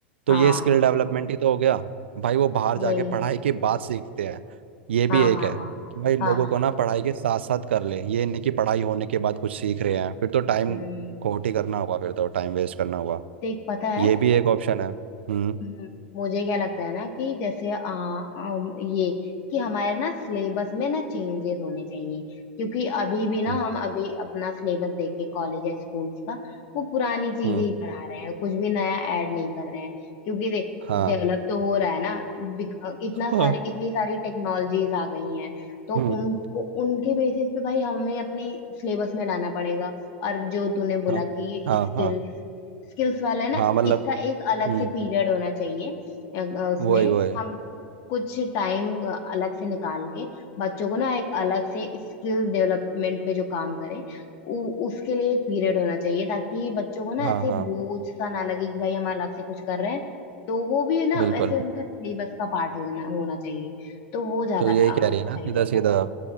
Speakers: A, on the right; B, on the left.
A: तो
B: हाँ
A: ये स्किल डेवलपमेंट ही तो हो गया भाई वो बाहर
B: वही
A: जाके पढ़ाई के बाद सीखते हैं ये भी
B: हाँ
A: एक
B: हाँ
A: है
B: हाँ
A: कि भाई लोगों
B: हाँ
A: को ना पढ़ाई के साथ साथ कर ले ये नहीं कि पढ़ाई होने के बाद कुछ सीख रहे हैं फिर तो टाइम
B: हम्म
A: खोटी करना होगा फिर तो टाइम वेस्ट करना होगा
B: देख पता है
A: ये भी एक ऑप्शन है हम्म
B: हम्म, मुझे क्या लगता है ना कि जैसे आ, आम, ये कि हमारे ना सिलेबस में ना चेंजेस होने चाहिए क्योंकि अभी भी ना
A: हम्म
B: हम अभी अपना सिलेबस देखे कॉलेज या स्कूल्स का वो पुरानी चीजें
A: हम्म
B: ही पढ़ा रहे हैं कुछ भी नया ऐड नहीं कर रहे हैं क्योंकि देख
A: हाँ
B: डेवलप तो हो रहा है ना बिक- इतना
A: हाँ
B: सारी इतनी सारी टेक्नोलॉजीज आ गई हैं तो
A: हम्म
B: उनको उनके बेसिस पे भाई हमें अपने सिलेबस में लाना पड़ेगा और जो तूने बोला
A: हाँ
B: कि
A: हाँ
B: स्किल्स
A: हाँ
B: स्किल्स वाला है ना
A: हाँ मतलब
B: इसका एक अलग
A: हम्म
B: से पीरियड होना चाहिए अ, अ, उसमें
A: वही वही
B: हम कुछ टाइम अलग से निकाल के बच्चों को ना एक अलग से स्किल डेवलपमेंट पे जो काम करे उ, उसके लिए एक पीरियड होना चाहिए ताकि बच्चों को ना
A: हाँ
B: ऐसे
A: हाँ
B: बोझ सा ना लगे कि भाई हम अलग से कुछ कर रहे हैं तो वो भी ना
A: बिल्कुल
B: ऐसे उनका सिलेबस का पार्ट हो जाना होना चाहिए तो वो ज्यादा
A: तो यही
B: अ,
A: कह रही है ना
B: सही
A: सीधा
B: रहेगा
A: सीधा